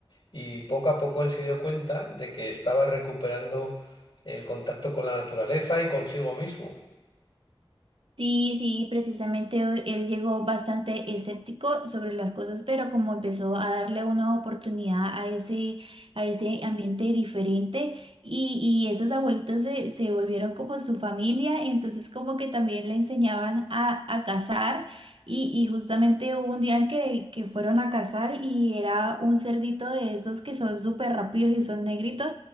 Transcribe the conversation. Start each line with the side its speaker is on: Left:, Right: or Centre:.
Left: Y poco a poco él se dio cuenta de que estaba recuperando el contacto con la naturaleza y consigo mismo.
Right: Sí, sí, precisamente eh, él llegó bastante escéptico sobre las cosas, pero como empezó a darle una oportunidad a ese, a ese ambiente diferente y, y esos abuelitos se, se volvieron como su familia, entonces como que también le enseñaban a, a cazar y, y justamente hubo un día en que, que fueron a cazar y era un cerdito de esos que son súper rápidos y son negritos.